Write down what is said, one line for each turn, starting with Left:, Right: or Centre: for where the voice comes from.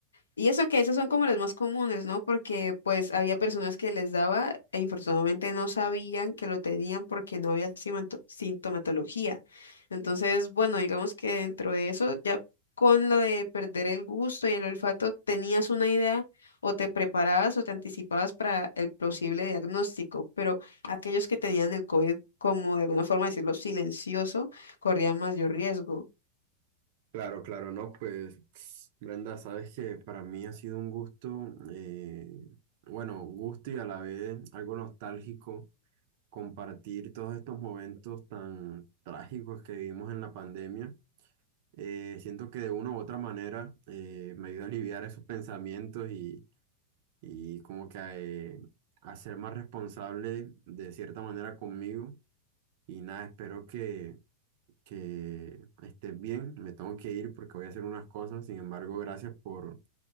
Left: Y eso que esas son como las más comunes, ¿no? Porque pues había personas que les daba e infortunadamente no sabían que lo tenían porque no había simanto- sintomatología. Entonces, bueno, digamos que dentro de eso, ya con lo de perder el gusto y el olfato, tenías una idea o te preparabas o te anticipabas para el posible diagnóstico, pero aquellos que tenían el COVID, como de alguna forma decirlo, silencioso, corrían mayor riesgo.
Right: Claro, claro, no, pues <sniffs> Brenda, sabes que para mí ha sido un gusto, eh, bueno, gusto y a la vez algo nostálgico compartir todos estos momentos tan trágicos que vivimos en la pandemia. Eh, siento que de una u otra manera eh, me ayuda a aliviar esos pensamientos y, y como que eh, a ser más responsable de cierta manera conmigo. Y nada, espero que que estés bien. Me tengo que ir porque voy a hacer unas cosas. Sin embargo, gracias por